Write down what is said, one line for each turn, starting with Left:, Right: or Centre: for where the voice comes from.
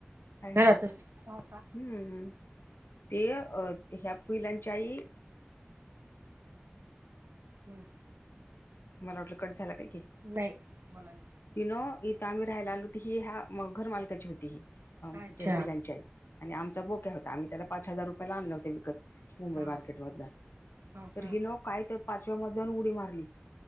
Left: बाहेर
Right: घरातच.
Left: नाही
Right: हो का
Left: हम् ते अ ते ह्या पिलांची आई
Right: हम्म.
Left: मला वाटलं कट झाला काय की?
Right: नाही बोला ना
Left: ति न इथं आमी राहायला आलू त ही ह्या घर मालकाची होती हि
Right: ना.
Left: ह्या
Right: अच्छा
Left: पिलांची आई आणि आमचा बोक्या होता आम्ही त्याला पाच हजार रुपया ला आणला होता विकत. मुंबई
Right: हा
Left: मार्केट मधनं
Right: हो का
Left: तर हिनं काय तर पाचव्या मजल्यावरनं उडी मारली.